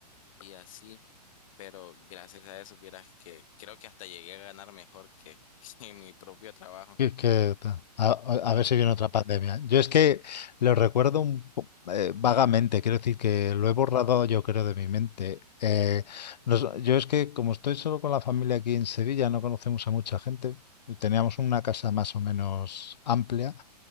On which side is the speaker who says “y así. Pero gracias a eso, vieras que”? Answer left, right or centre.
Left